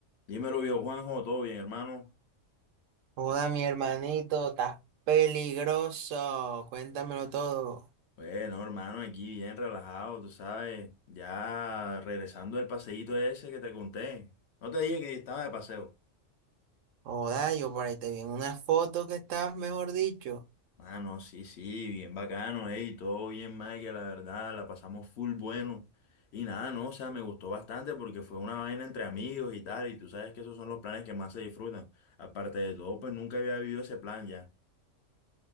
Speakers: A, on the left (about 65°); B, on the right (about 75°).
A: Dímelo, viejo Juanjo, ¿todo bien, hermano?
B: Joda, mi hermanito, estás peligroso. Cuéntamelo todo.
A: Bueno, hermano, aquí bien relajado, tú sabes, ya regresando del paseíto ese que te conté. No te dije que estaba de paseo.
B: Joda, yo por ahí te vi en una foto que estás, mejor dicho.
A: Ah, no, sí, sí, bien bacano, ey, todo bien, que la verdad, la pasamos full bueno. Y nada, no, o sea, me gustó bastante porque fue una vaina entre amigos y tal, y tú sabes que esos son los planes que más se disfrutan. Aparte de todo, pues nunca había vivido ese plan ya.